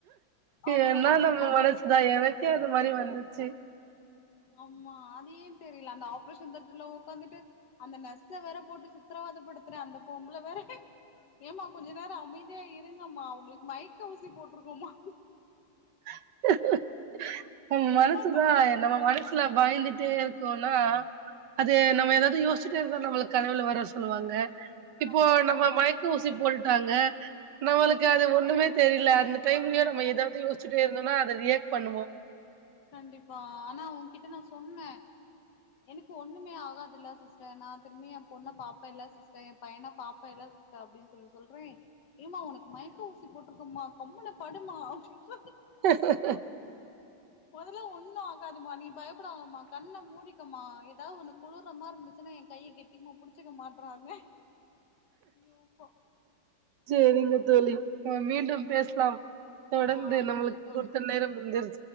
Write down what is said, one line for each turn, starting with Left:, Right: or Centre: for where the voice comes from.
Right: இது
Left: ஆமா
Right: எல்லா நம்ம
Left: ஆனா
Right: மனசுதா எனக்கே அந்த மாரி வந்துச்சு
Left: ஆமா அது ஏன் தெரியல அந்த ஆப்ரேஷன் தேட்டர்ல உக்காந்துட்டு அந்த நர்ஸ வேற போட்டு சித்திர விவாதப்படுத்துறே அந்த பொம்புல வேற ஏமா கொஞ்ச நேரோ அமைதியா இருங்கம்மா உங்களுக்கு மைக் ஊசி போட்டுருக்கோமா
Right: ஹ நம்ம மனசுதா
Left: டார்ச்சர் பண்றாரு
Right: நம்ம மனசுல பாய்ந்துட்டே இருக்கோனா அது நம்ம ஏதாவது யோசிச்சிட்டே இருந்தா நம்ளுக்கு கனவுல வரு சொல்லுவாங்க இப்போ
Left: கண்டிப்பா
Right: நம்ம மயக்க ஊசி போட்டுட்டாங்க நம்மளுக் இது அது ஒண்ணமே தெரில அந்த டைம்லயோ நம்ம ஏதாவது யோசிச்சுட்டே இருந்தோம்னா அத ரியாக்ட் பண்ணுவோ
Left: கண்டிப்பா ஆனா அவுங்கிட்ட நா சொன்னே எனக்கு ஒண்ணுமே ஆகாதுல்ல சிஸ்டர் நா திரும்பி என் பொண்ண பாப்பெல்ல சிஸ்டர் என் பையன பாப்பெல்ல அப்டின்னு சொல்லி சொல்றே ஏமா உனக்கு மயக்க ஊசி போட்ருக்கோமா கம்முன்னு படும்மா அப்டின்றாங்க
Right: ஹ
Left: மொதல்ல ஒண்ணு ஆகாதுமா நீ பயப்படாதமா கண்ண மூடிக்கமா ஏதாவது ஒன்னு குளுர்ற மாரி இருந்துச்சுன் னா ஏங் கைய கெட்டிமா புடிச்சிக்க மாட்டறாங்க ஐயோ ப்பா
Right: சேரிங்க தோழி நம்ம மீண்டும் பேஸ்லாம் தொடர்ந்து
Left: ஆ
Right: நம்மளுக்
Left: நன்றி தோழி
Right: குடுத்த நேரம் முடிஞ்